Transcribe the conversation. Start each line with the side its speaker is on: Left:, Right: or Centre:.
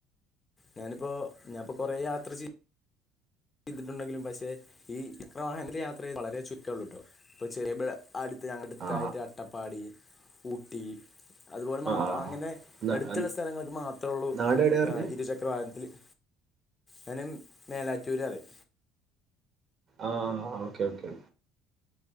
Left: ഞാനിപ്പോ ഞാൻപ്പൊ കൊറെ യാത്ര ചെയ്യ ചെയ്തിട്ടുണ്ടെങ്കിലും പക്ഷെ ഈ ഇരുചക്ര വാഹനത്ത് യാത്ര ചെയ് വളരെ ചുരുക്കള്ളൂട്ടോ ഇപ്പ ചെറി ബഴ. അടുത്ത് ഞങ്ങൾത് അട്ത്തായിട്ട്
Right: ആ
Left: അട്ടപ്പാടി ഊട്ടി. അതുപോലെ
Right: ആ
Left: മാത്ര
Right: ആ
Left: അങ്ങനെ
Right: ന-
Left: അട്ത്തുള്ള സ്ഥലങ്ങൾക്ക് മാത്രള്ളൂ ആ
Right: നാട് എവിടെയാ പറഞ്ഞേ
Left: ഇരുചക്ര വാഹനത്തില്. ഇരുചക്രവാഹനത്തിൽ ഞാന്‌ മ് മേലാറ്റൂരറിം.
Right: ആഹ ഓക്കെ ഓക്കേ